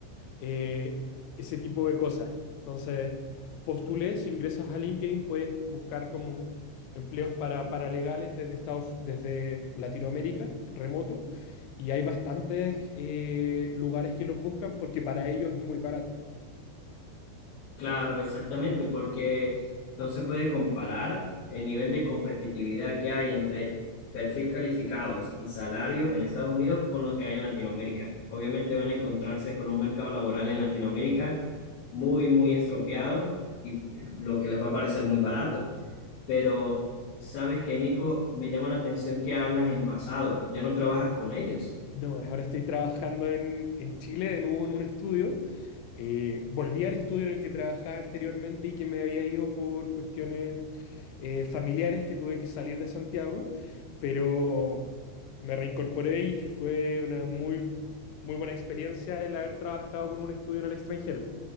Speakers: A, on the left; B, on the left.
A: eh, ese tipo de cosas. Entonces, postulé, si ingresas a LinkedIn, puedes buscar como empleos para paralegales desde Estados, desde Latinoamérica, remoto, y hay bastantes eh, lugares que los buscan porque para ellos es muy barato.
B: Claro, exactamente, porque no se puede comparar el nivel de competitividad que hay entre perfil calificados y salario en Estados Unidos con lo que hay en Latinoamérica. Obviamente van a encontrarse con un mercado laboral en Latinoamérica muy, muy estropeado y lo que les va a parecer muy barato. Pero sabes que, Nico, me llama la atención que hablas en pasado, ya no trabajas con ellos.
A: No, ahora estoy trabajando en, en Chile de nuevo en un estudio. Eh, volví al estudio en el que trabajaba anteriormente y que me había ido por cuestiones eh, familiares que tuve que salir de Santiago, pero me reincorporé y fue una muy, muy buena experiencia el haber trabajado con un estudio en el extranjero.